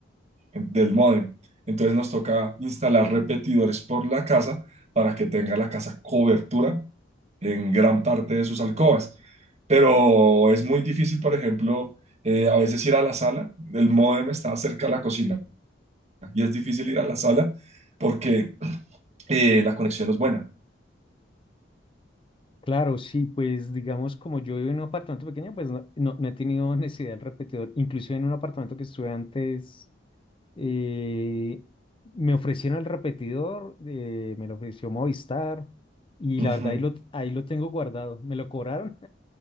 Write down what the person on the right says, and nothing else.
del módem. Entonces nos toca instalar repetidores por la casa para que tenga la casa cobertura en gran parte de sus alcobas. Pero es muy difícil, por ejemplo, eh, a veces ir a la sala, el módem está cerca de la cocina. y es difícil ir a la sala porque eh, la conexión no es buena.
Ujú,